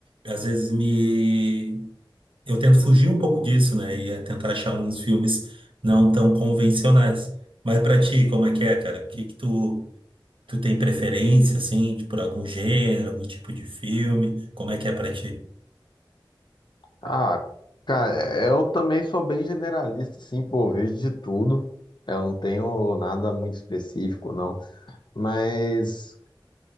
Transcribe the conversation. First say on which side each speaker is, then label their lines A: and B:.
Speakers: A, on the right (about 80°); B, on the left (about 60°).
A: às vezes me. Eu tento fugir um pouco disso, né? E é tentar achar uns filmes não tão convencionais. Mas pra ti, como é que é, cara? O que que tu, tu tem preferência, assim, de- por algum gênero, algum tipo de filme? Como é que é pra ti?
B: Ah, cara, eu também sou bem generalista, assim, pô, eu vejo de tudo. Eu não tenho nada muito específico, não. Mas.